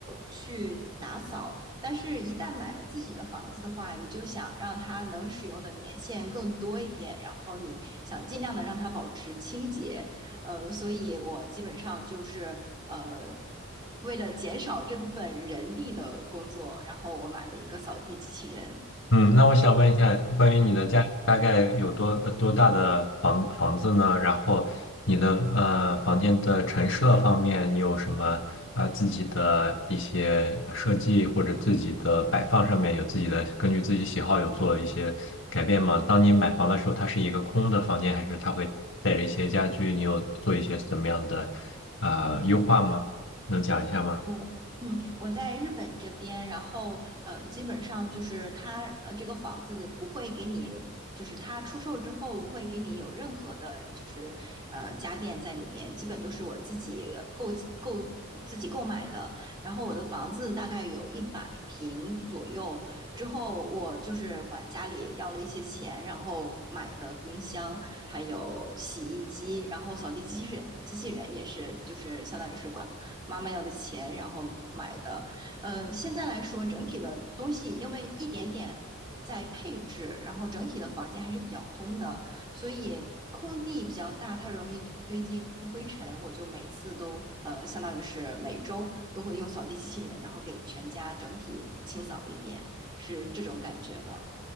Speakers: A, on the right; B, on the left.
A: 去打扫。但是，一旦买了自己的房子的话，你就想让它能使用的年限更多一点，想尽量的让它保持清洁。呃，所以我基本上就是呃，为了减少这部分人力的工作，然后我买了一个扫地机器人，
B: 嗯，那我想问一下，关于你的嗯家里大概有多呃多大的房房子呢？然后你的呃房间的陈设方面，你有什么啊自己的一些呃设计或者自己的摆放上面有自己的根据自己喜好有做一些改变吗？当你买房的时候，它是一个空的房间，还是它会带着一些家具？你有做一些怎么样的呃优化吗？能讲一下吗？
A: 嗯嗯，我在日本这边，然后呃，基本上就是他呃，这个房子不会给你，就是他出售之后不会给你有任何的，就是呃家电在里面，基本都是我自己购购自己购买的。然后我的房子大概有一百平左右，之后我就是管家里要了一些钱，然后买的冰箱，还有洗衣机，然后扫地机器人机器人也是，就是相当于是管妈妈要的钱，然后买的。嗯、呃现在来说，整体的东西因为一点点在配置，然后整体的房间还是比较空的，所以空地比较大，它容易堆积灰尘。我就每次都呃，相当于是每周都会用扫地机器人，然后给全家整体清扫一遍，是这种感觉的。